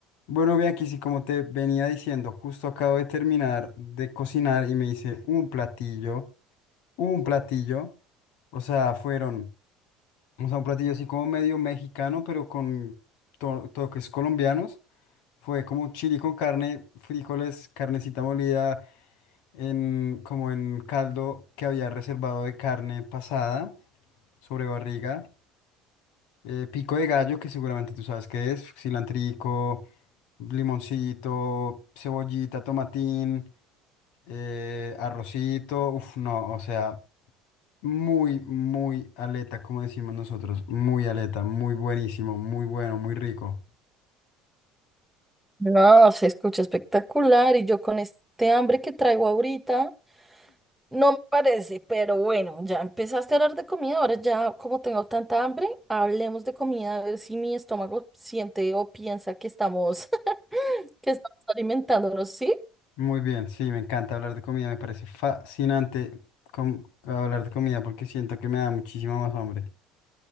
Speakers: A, on the left (about 65°); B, in the centre.
A: Bueno, ve aquí sí, como te venía diciendo, justo acabo de terminar de cocinar y me hice un platillo, un platillo, o sea, fueron, o sea, un platillo así como medio mexicano, pero con to- toques colombianos. Fue como un chili con carne, frijoles, carnecita molida, en, como en caldo que había reservado de carne pasada sobre barriga. eh, pico de gallo, que seguramente tú sabes qué es, cilantrico, Limoncito, cebollita, tomatín, eh, arrocito. Uf, no, o sea, muy, muy aleta, como decimos nosotros. Muy aleta, muy buenísimo, muy bueno, muy rico.
B: No, se escucha espectacular y yo con este hambre que traigo ahorita, no me parece, pero bueno, ya empezaste a hablar de comida, ahora ya como tengo tanta hambre, hablemos de comida, a ver si mi estómago siente o piensa que estamos, <laughs> que estamos alimentándonos, ¿sí?
A: Muy bien, sí, me encanta hablar de comida, me parece fascinante com- hablar de comida porque siento que me da muchísima más hambre.